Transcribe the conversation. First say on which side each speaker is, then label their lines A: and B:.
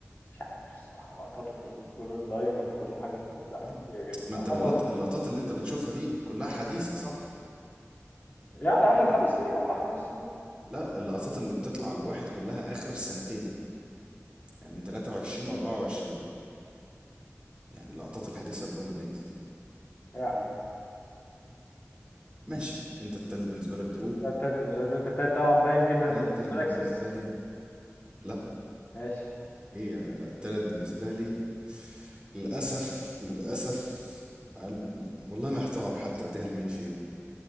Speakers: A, on the left; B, on the right.
A: مش عارف الصراحة لقطاته في الجرود لاين وفي كل حاجة كانت لا
B: اه
A: كتيرة جدا
B: ما انت
A: عامة
B: باللط... اللقطات اللي انت بتشوفها دي كلها حديثه صح
A: يعني آخر خمس سنين أربع خمس سنين
B: لا اللقطات اللي بتطلع الواحد كلها اخر سنتين يعني من 23 و24 يعني اللقطات الحديثه لرومان رينز دي
A: يعني
B: ماشي انت التالت بالنسبه لك درو
A: ده التايب بالنسبة لي أنت التايب طبعا باين جدا
B: انا
A: إنه
B: التالت
A: بالنسبة
B: بالنسبه
A: لك سيس
B: لي لا
A: ماشي
B: ايه يعني؟ التالت بالنسبه لي للأسف للأسف قلب والله محتار حتى اديها لمين فيهم